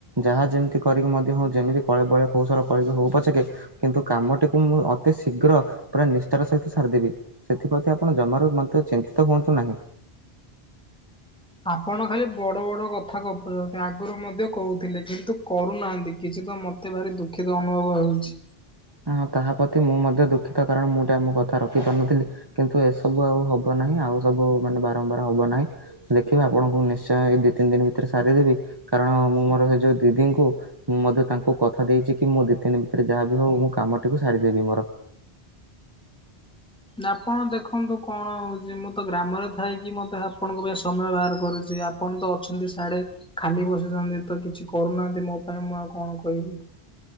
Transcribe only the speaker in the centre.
ଆପଣ ଖାଲି ବଡ ବଡ କଥା ଗପୁଛନ୍ତି ଆଗରୁ ମଧ୍ୟ କହୁଥିଲେ କିନ୍ତୁ କରୁନାହାନ୍ତି କିଛି ତ ମତେ ମତେ ଭାରି ଦୁଃଖିତ ଅନୁଭବ ହେଉଛି।
ଆପଣ ଦେଖନ୍ତୁ କଣ ହଉଛି ମୁଁ ତ ଗ୍ରାମରେ ଥାଇକି ମତେ ଆପଣଙ୍କ ପାଇଁ ସମୟ ବାହାର କରୁଛି ଅପ ଆପଣ ତ ଅଛନ୍ତି ସାଡେ ଖାଲି ବସିଛନ୍ତି ତ କିଛି କରୁନାହାନ୍ତି ମୋ ପାଇଁ ମୁଁ ଆଉ କଣ କହିବି।